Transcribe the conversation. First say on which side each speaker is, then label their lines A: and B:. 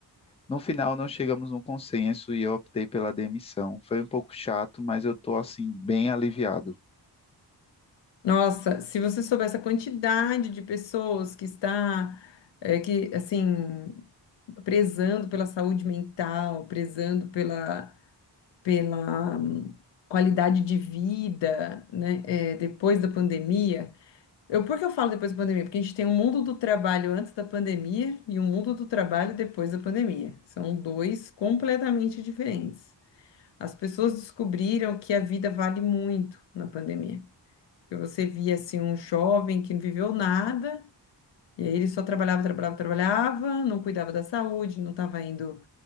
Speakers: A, on the left (about 15°); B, on the left (about 85°).
A: No final, não chegamos num consenso e eu optei pela demissão. Foi um pouco chato, mas eu tô assim bem aliviado,
B: Nossa, se você soubesse a quantidade de pessoas que está, eh, que, assim, prezando pela saúde mental, prezando pela, pela hum, qualidade de vida, né? eh, depois da pandemia, Eu, por que eu falo depois da pandemia? Porque a gente tem o mundo do trabalho antes da pandemia e o mundo do trabalho depois da pandemia. São dois completamente diferentes. As pessoas descobriram que a vida vale muito na pandemia. Porque você via assim um jovem que não viveu nada, e aí ele só trabalhava, trabalhava, trabalhava, não cuidava da saúde, não estava indo